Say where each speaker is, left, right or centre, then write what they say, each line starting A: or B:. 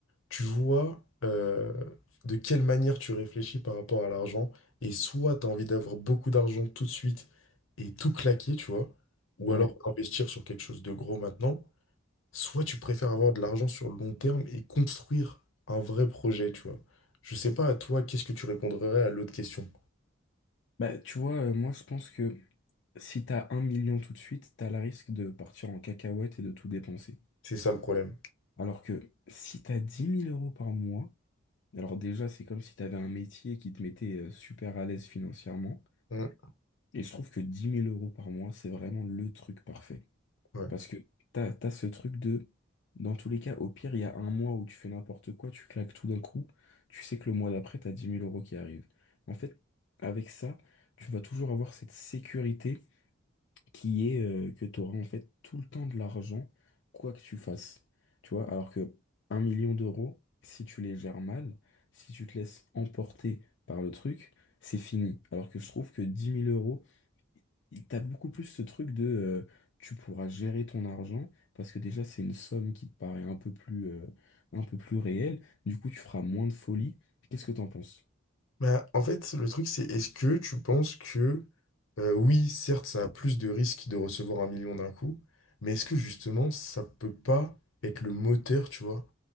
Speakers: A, on the left (about 80°); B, on the left (about 60°).
A: tu vois euh, de quelle manière tu réfléchis par rapport à l'argent. Et soit tu as envie d'avoir beaucoup d'argent tout de suite et tout claquer, tu vois, ou
B: Ouais.
A: alors investir sur quelque chose de gros maintenant. Soit tu préfères avoir de l'argent sur le long terme et construire un vrai projet, tu vois. Je sais pas, à toi, qu'est-ce que tu répondrais à l'autre question?
B: Bah, tu vois, euh, moi, je pense que si t'as un million tout de suite, t'as le risque de partir en cacahuète et de tout dépenser.
A: C'est ça le problème.
B: Alors que si t'as dix mille euros par mois, Alors déjà, c'est comme si tu avais un métier qui te mettait euh, super à l'aise financièrement.
A: Mm,
B: Et je trouve que dix mille euros par mois, c'est vraiment le truc parfait.
A: ouais.
B: Parce que t'as, t'as ce truc de, dans tous les cas, au pire, il y a un mois où tu fais n'importe quoi, tu claques tout d'un coup, tu sais que le mois d'après, t'as dix mille euros qui arrivent. En fait, avec ça, tu vas toujours avoir cette sécurité qui est euh, que tu auras en fait tout le temps de l'argent, quoi que tu fasses. Tu vois, alors que un million d'euros, si tu les gères mal, si tu te laisses emporter par le truc, c'est fini. Alors que je trouve que dix mille euros, il- T'as beaucoup plus ce truc de euh, tu pourras gérer ton argent parce que déjà c'est une somme qui te paraît un peu plus euh, un peu plus réelle. Du coup, tu feras moins de folie. Qu'est-ce que t'en penses?
A: Bah, en fait, le truc, c'est est-ce que tu penses que, euh, oui, certes, ça a plus de risques de recevoir un million d'un coup, mais est-ce que justement, ça peut pas être le moteur, tu vois,